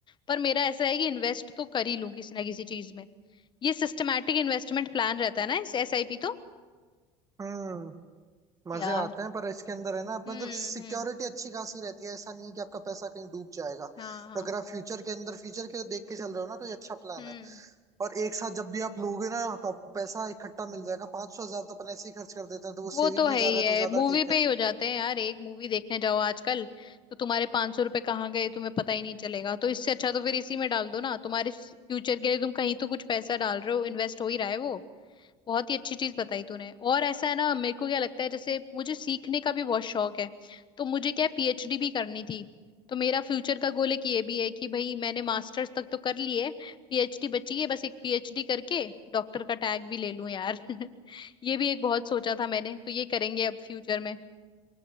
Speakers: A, on the left; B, on the right.
A: पर मेरा ऐसा है कि इन्वेस्ट तो कर ही लूं किसी ना किसी चीज में ये सिस्टमैटिक इन्वेस्टमेंट प्लान रहता है ना इस एसआईपी तो
B: हम्म मजे
A: यार
B: आते हैं पर इसके अंदर है ना
A: हम्म
B: मतलब सिक्योरिटी
A: हम्म
B: अच्छी खासी रहती है ऐसा नहीं है कि आपका पैसा कहीं डूब जाएगा
A: हाँ
B: तो
A: हाँ
B: अगर आप फ्यूचर के अंदर फ्यूचर के देख के चल रहे हो ना तो ये अच्छा प्लान
A: हम्म
B: है और एक साथ जब भी आप लोगे ना तो आपको पैसा इकट्ठा मिल जाएगा पांच सौ हजार तो अपन ऐसे ही खर्च कर देते हैं तो वो
A: वो
B: सेविंग
A: तो है
B: में जा
A: ही
B: रहा है
A: है
B: तो ज्यादा
A: मूवी
B: ठीक
A: पे
B: है
A: ही हो जाते हैं यार एक मूवी देखने जाओ आजकल तो तुम्हारे पांच सौ रुपए कहाँ गए तुम्हें पता ही नहीं चलेगा तो इससे अच्छा तो फिर इसी में डाल दो ना तुम्हारे फ्यूचर के लिए तुम कहीं तो कुछ पैसा डाल रहे हो इन्वेस्ट हो ही रहा है वो बहुत ही अच्छी चीज बताई तूने और ऐसा है ना मेरे को क्या लगता है जैसे मुझे सीखने का भी बहुत शौक है तो मुझे क्या पीएचडी भी करनी थी तो मेरा फ्यूचर का गोल एक ये भी है कि भाई मैंने मास्टर्स तक तो कर ली है पीएचडी बची है बस एक पीएचडी करके डॉक्टर का टैग भी ले लूं यार <laughs> ये भी एक बहुत सोचा था मैंने तो ये करेंगे अब फ्यूचर में